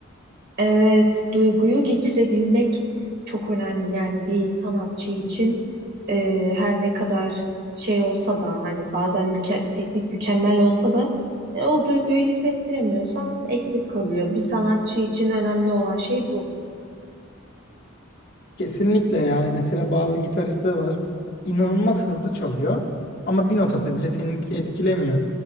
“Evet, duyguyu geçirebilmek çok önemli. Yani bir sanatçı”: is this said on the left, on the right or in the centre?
Right